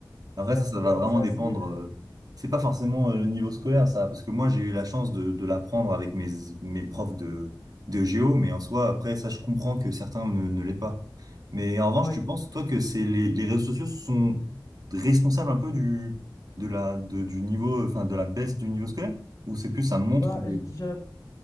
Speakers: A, on the right (about 55°); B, on the left (about 40°).
A: Après,
B: c'est assez,
A: ça, ça va
B: euh,
A: vraiment
B: c'est assez
A: dépendre.
B: euh,
A: euh, C'est
B: ouais.
A: pas forcément euh, le niveau scolaire, ça, parce que moi, j'ai eu la chance de, de l'apprendre avec mes, mes profs de, de géo, mais en soi, après, ça, je comprends que certains ne, ne l'aient pas. Mais en revanche,
B: Ouais.
A: tu penses, toi, que c'est les, les réseaux sociaux sont responsables un peu du, de la, de- du niveau, enfin, de la baisse du niveau scolaire? Ou c'est plus ça montre
B: Bah,
A: des-
B: je je dirais,